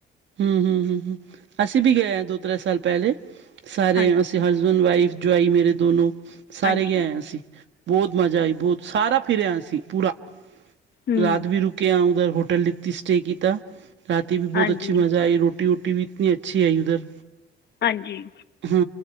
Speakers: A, on the right; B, on the left.
A: ਹੂੰ ਹੂੰ ਹੂੰ ਹੂੰ ਅਸੀਂ ਵੀ ਗਏ ਹਾਂ ਦੋ ਤ੍ਰੈ ਸਾਲ ਪਹਿਲੇ ਸਾਰੇ
B: ਹਾਂਜੀ
A: ਅਸੀਂ ਹ ਹਸਬੈਂਡ ਵਾਈਫ ਜੁਆਈ ਮੇਰੇ ਦੋਨੋ ਸਾਰੇ
B: ਹਾਂਜੀ
A: ਗ ਆਇਆ ਸੀ, ਬਹੁਤ ਮਜ਼ਾ ਆਈ ਬਹੁਤ ਸਾਰਾ ਫਿਰਿਆ ਅਸੀਂ ਪੂਰਾ
B: ਹੂੰ
A: ਰਾਤ ਵੀ ਰੁਕ ਕੇ ਆਉ ਹੋਟਲ ਦਿੱਤੀ ਸਟੇ ਕੀਤਾ ਰਾਤੀ ਵੀ ਬਹੁਤ
B: ਹਾਂਜੀ
A: ਅੱਛਾ, ਆਈ ਰੋਟੀ ਰੂਟੀ ਵੀ ਇਤਨੀ ਅੱਛੀ ਆਈ ਉਧਰ,
B: ਹਾਂਜੀ
A: ਹਾਂ